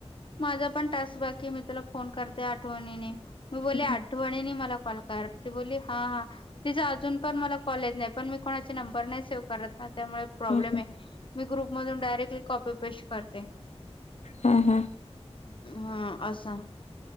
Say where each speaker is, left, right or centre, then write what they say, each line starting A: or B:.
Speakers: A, on the left (about 50°); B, on the left (about 85°).
A: माझा पण टास्क बाकी मी तुला फोन करते आठवणीने मी बोलली
B: हम्म
A: आठवणीनी मला कॉल कर ती बोलली हा हा तिचां अजून पण मला कॉले येत नाही पण मी कोणाचे नंबर नाही सेव्ह करत ना त्यामुळे प्रॉब्लेम
B: हम्म
A: आहे मी ग्रुप मधून डायरेक्टली कॉपी पेस्ट करते
B: हू हू
A: हा असा